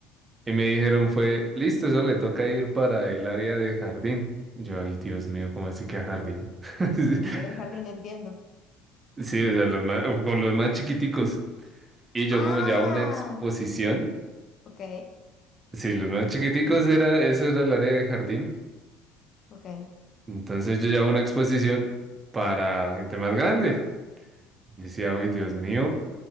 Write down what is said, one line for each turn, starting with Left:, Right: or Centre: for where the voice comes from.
Right: y me dijeron fue, listo, eso le toca ir para el área de jardín. Y Yo, ay, Dios mío, ¿cómo así que a jardín? <laughs>
Left: Porque voy al jardín, entiendo.
Right: Sí, o sea, los más- con los más chiquiticos. Y yo
Left: Ah,
Right: como llevaba una exposición.
Left: ok,
Right: Sí, los más chiquiticos era, eso era el área de jardín.
Left: ok.
Right: Entonces yo llevaba una exposición para gente más grande. Y decía, uy, Dios mío.